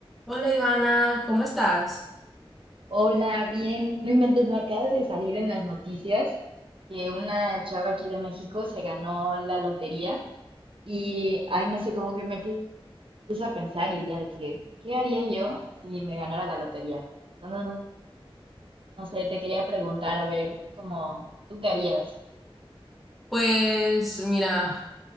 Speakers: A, in the centre; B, on the right.
A: Hola Ivana, ¿cómo estás?
B: Hola, bien. No inventes, me acaba de salir en las noticias que una chava aquí de México se ganó la lotería y, ay, no sé, cómo que me pu- puse a pensar y diría de que, ¿qué haría yo si me ganara la lotería? Entonces, no, no sé, te quería preguntar, a ver, como, ¿tú qué harías?
A: Pues mira,